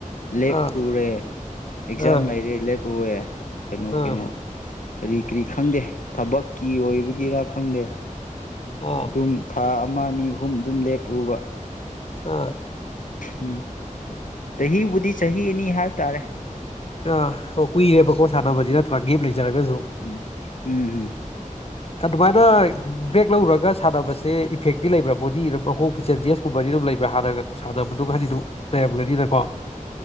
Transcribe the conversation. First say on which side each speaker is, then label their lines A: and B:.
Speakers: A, on the left (about 70°); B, on the left (about 45°).
A: ꯂꯦꯞꯔꯨꯔꯦ
B: ꯑꯥ
A: ꯑꯦꯛꯖꯥꯝ
B: ꯑꯥ
A: ꯂꯩꯔꯦ ꯂꯦꯞ ꯋꯦ ꯀꯩꯅꯣ
B: ꯑꯥ
A: ꯀꯩꯅꯣ ꯀꯔꯤ ꯀꯔꯤ ꯈꯪꯗꯦ ꯊꯕꯛꯀꯤ ꯑꯣꯏꯕꯒꯤꯔ ꯈꯪꯗꯦ
B: ꯑꯥ
A: ꯑꯗꯨꯝ ꯊꯥ ꯑꯃ ꯑꯅꯤ ꯑꯍꯨꯝ ꯑꯗꯨꯝ ꯂꯦꯞꯂꯨꯕ
B: ꯑꯥ
A: ꯎꯝ ꯆꯍꯤꯕꯨꯗꯤ ꯆꯍꯤꯅꯤ ꯍꯥꯏꯕ ꯇꯥꯔꯦ
B: ꯑ ꯑꯣꯦ ꯀꯨꯏꯔꯦꯕꯀꯣ ꯁꯥꯟꯅꯕꯗꯤ
A: ꯎꯝ
B: ꯅꯠꯇ꯭ꯔꯒ ꯒꯞ ꯂꯩꯖꯔꯒꯁꯨ
A: ꯎꯝ ꯎꯝ ꯎꯝ
B: ꯑꯗꯨꯃꯥꯏꯅ ꯕꯦꯛ ꯂꯧꯔꯒ ꯁꯥꯟꯅꯕꯁꯦ ꯏꯐꯦꯛꯇꯤ ꯂꯩꯕ꯭ꯔꯥ ꯕꯣꯗꯤ ꯑꯗꯨꯝ ꯑꯍꯣꯡꯕ ꯆꯦꯟꯖꯦꯁꯀꯨꯝꯕꯗꯤ ꯑꯗꯨꯝ ꯂꯩꯕ꯭ꯔꯥ ꯍꯥꯟꯅꯒ ꯁꯥꯟꯅꯕꯗꯨ ꯍꯥꯏꯗꯤ ꯑꯗꯨꯝ ꯂꯩꯔꯝꯒꯅꯤꯅꯀꯣ